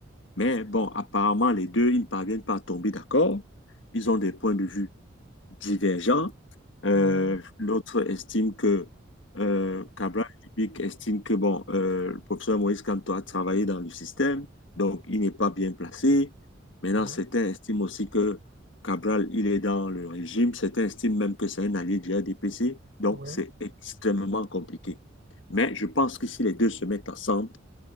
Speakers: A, on the left (about 75°); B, on the right (about 55°).
A: Mais bon, apparemment, les deux, ils ne parviennent pas à tomber d'accord. Ils ont des points de vue divergents. Euh,
B: Mhm.
A: l'autre estime que, euh, Cabral Libic estime que, bon, euh, le professeur Moïse Kamto a travaillé dans le système, donc il n'est pas bien placé. Maintenant,
B: Oui,
A: certains estiment aussi que Cabral, il est dans le régime. Certains estiment même que c'est un allié du RDPC. Donc,
B: oui,
A: c'est extrêmement compliqué. Mais je pense que si les deux se mettent ensemble,